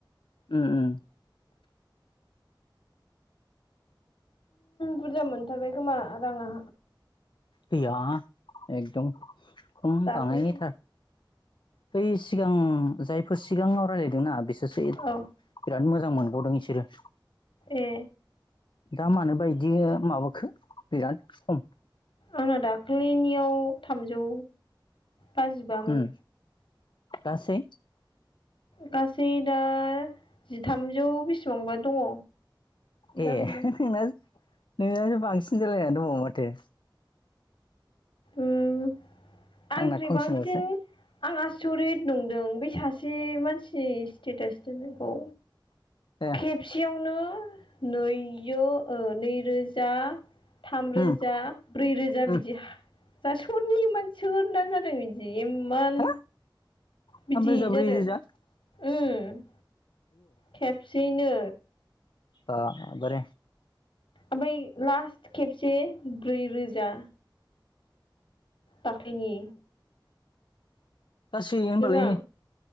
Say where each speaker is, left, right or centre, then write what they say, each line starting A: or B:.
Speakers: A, on the left; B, on the left.
A: उम-उम
B: बुरजा मोनथारबाय खोमा राङा‌।
A: गैया एकदम‌। खम
B: दाख्लै
A: बानायनायथार बै सिगां जायफोर सिगाङाव रायलायदोंना बिसोरसो
B: औ
A: बिराद मोजां मोनगदों इसोरो।
B: ए
A: दा मानोबा बिदि माबाखो बिराद खम।
B: आंना दाखालिनियाव थामजौ बाजिबामोन।
A: उम गासै।
B: गासै दा जिथामजौ बेसिबांबा दङ।
A: ए
B: जाहांदों
A: नोंना नोंना बांसिन जालायनानै दब माथो।
B: उह आंनिख्रुइ
A: आंना खमसिनल'सो
B: बांसिन आङा आसरिद नंदों बे सासे मानसिनि स्टेटास दोननायखौ।
A: ए
B: खेबसेयावनो नैजौ ओ नैरोजा थामरोजा
A: उम
B: ब्रैरोजा
A: उम
B: बिदि जा सोरनि मानसोरना जादों बिदि? इमान
A: हो
B: बिदि
A: थाम रोजा
B: जादों
A: ब्रै रोजा
B: उम खेबसेयैनो
A: दा बोर
B: ओमफ्राय लास्ट खेबसे ब्रैरोजा दाखलिनि
A: गसै होमबालाय
B: आं